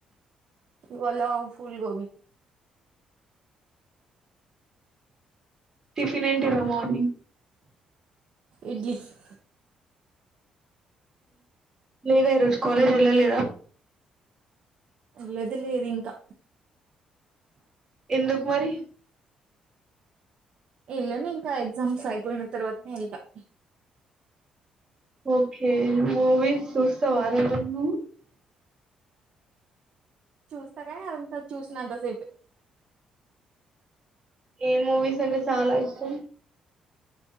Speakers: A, on the right (about 45°); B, on the right (about 20°).
A: వ ఫల్బబ
B: టిఫిన్ ఏంటిరా మార్నింగ్
A: ఇడ్లీ ఓ
B: లేదా ఈరోజు కాలేజ్ వెళ్ళలేదా
A: లేదు లేదు ఇంకా
B: ఎందుకు మరి
A: వెళ్ళనే ఇంకా ఎగ్జామ్స్ అయిపోయిన తర్వాతనే వెళ్దాం
B: ఓకే మూవీస్ చూస్తా ఆర ను
A: చూస్తా కా అ చూసినంత సేపు
B: ఏ మూవీస్ అంటే చాలా ఇష్టం